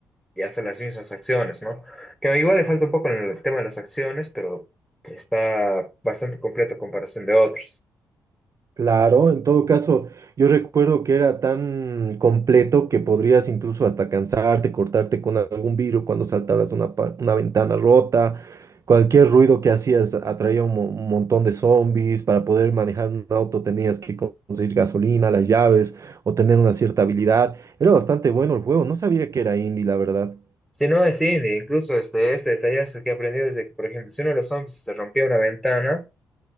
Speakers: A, in the centre; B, on the right (about 45°).
A: y hace las mismas acciones, ¿no? Que igual le falta un poco en el tema de las acciones, pero está bastante completo a comparación de otros.
B: Claro, en todo caso, yo recuerdo que era tan completo que podrías incluso hasta cansarte, cortarte con algún vidrio cuando saltaras una, pa- una ventana rota. Cualquier ruido que hacías atraía un, mo- un montón de zombies. Para poder manejar un auto tenías que conseguir gasolina, las llaves o tener una cierta habilidad. Era bastante bueno el juego. No sabía que era indie, la verdad.
A: Si no, sí, incluso este, este detallazo que he aprendido es de que, por ejemplo, si uno de los zombies se rompía una ventana,